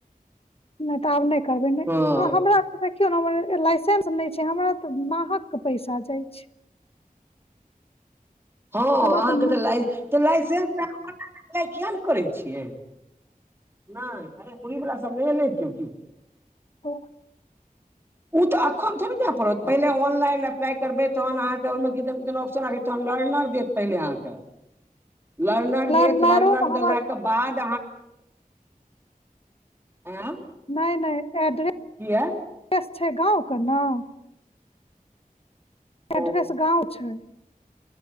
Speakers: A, on the left; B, on the right.
A: नहि तऽ आब नहि करबै नहि
B: हँ
A: आ हमरा तऽ देखियौ ने हमर लाइसेस नहि छै हमरा तऽ महकऽ के पैसा जाइ छै।
B: हँ
A: हमरा
B: अहाँकेँ
A: न-
B: तऽ तऽ लाइसेंस अप्लै किएक नहि करै छियै। नहि अरे मुरही बला सभ नहि एलैहे क्यो
A: ओ।
B: ऊ तऽ अखन थोड़े जाय पड़त पहिले ऑनलाइन अप्लाइ करबै तहन अहाँकेँ ओहिमे किदन किदन ऑप्शन आरी एतय तहन लरनर के पहिले अहाँकेँ लरनर
A: लर्नरोमे
B: देत लरनर से
A: हमर
B: लयके बाद अहाँ आँय
A: नहि नहि एड्रे
B: किया
A: एड्रेस छै गाव कऽ नाम
B: ओ
A: एड्रेस गाव छै